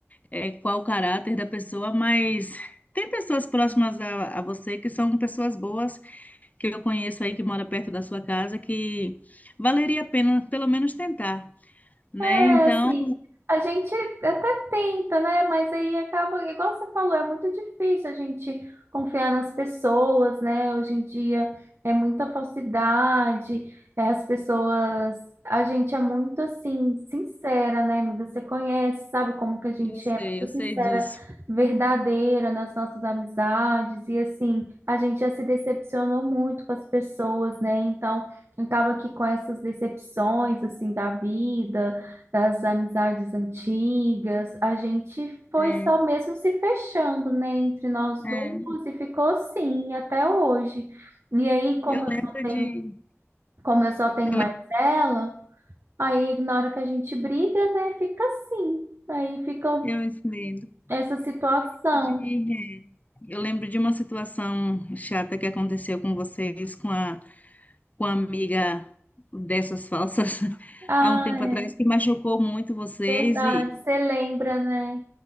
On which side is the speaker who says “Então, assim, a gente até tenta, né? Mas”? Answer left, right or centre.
Right